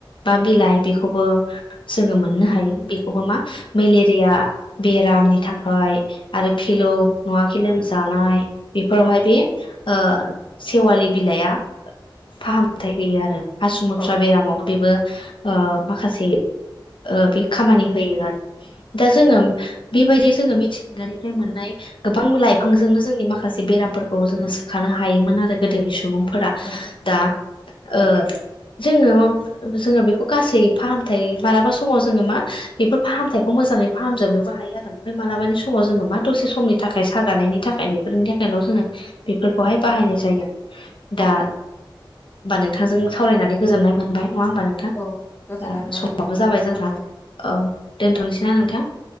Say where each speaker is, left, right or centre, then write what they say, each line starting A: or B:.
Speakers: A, on the left; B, on the left.
A: बा बिलाइ बेखौबो जोङो मोननो हायो बेखौबो मा मेलेरिया या बेरामनि थाखाय आरो फिलौ नङाखै लोमजानाय बेफोरावहाय बे ओ सेवालि बिलाइआ फाहामथाय होयो आरो हासुमुथ्रा
B: औ
A: बेरामाव बेबो ओ माखासे बे खामानि होयो आरो दा जोङो बेबायदि जोङो मिथिंगानिफ्राय मोननाय गोबां लाइफांजोंनो जोंनि माखासे बेरामफोरखौ जोङो सोखानो हायोमोन आरो गोदोनि सुबुंफोरा
B: औ
A: दा ओ जोङो जोङो बेखौ गासै फाहामथाय मालाबा समाव जोङो मा बेफोर फाहामथाय बेखौ मोजाङै फाहामजोबनोबो हायो आरो ओमफ्राय मालाबानि समाव जोङो मा दसे समनि थाखाय सागानायनि थाखाय बे बेफोरनि थाखायल' जोङो बेफोरखौहाय बाहायनाय जायो।
B: औ
A: दा होमबा नोंथांजों सावरायनानै गोजोननाय मोनबाय नङा होमबा नों नोंथां
B: औ गोजोननाय
A: दा
B: मोनबाय
A: समाबो
B: नोंथांजों
A: जाबाय
B: सावरायनानै
A: जोंहा औ दोनथ'नोसै ना नोंथां